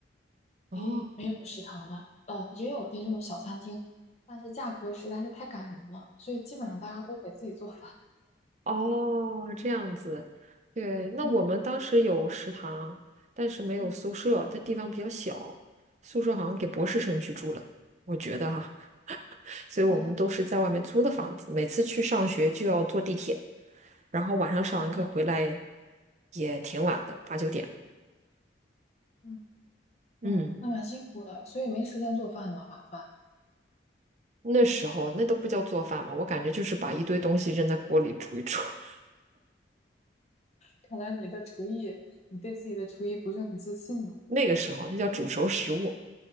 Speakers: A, on the right; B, on the left.
A: 哦，
B: 诶，没有食堂的，呃，也有那种小餐厅，但是价格实在是太感人了，所以基本上大家都得自己做饭。
A: 哦，这样子，对，那我们当时有食堂，
B: 嗯
A: 但是没有宿舍，
B: 嗯，
A: 它地方比较小，宿舍好像给博士生去住了，我觉得哈、<laughs> 所以我们都是在外面租的房子，
B: 哦
A: 每次去上学就要坐地铁，然后晚上上完课回来
B: 哦
A: 也挺晚的，八九点了。
B: 嗯
A: 嗯，
B: 哦，那蛮辛苦的，所以没时间做饭了，晚饭。
A: 那时候那都不叫做饭嘛，我感觉就是把一堆东西扔在锅里煮一煮，<laughs>
B: 看来你的厨艺，你对自己的厨艺不是很自信呢。
A: 那个时候那叫煮熟食物。